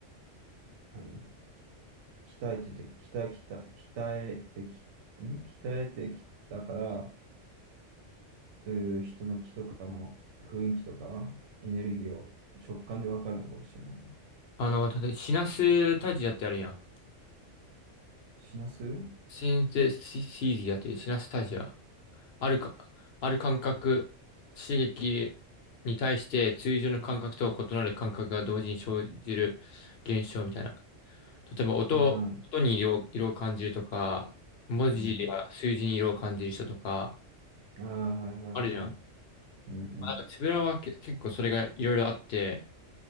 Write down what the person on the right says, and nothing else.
何、鍛えてて、鍛え、鍛え、鍛えてき、ん鍛えてきたから、そういう人の気とかの雰囲気とか、エネルギーを直感で分かるのかもしれないね。
死なすう
ん。
うん。ああ、はいはいはい。
うんうん。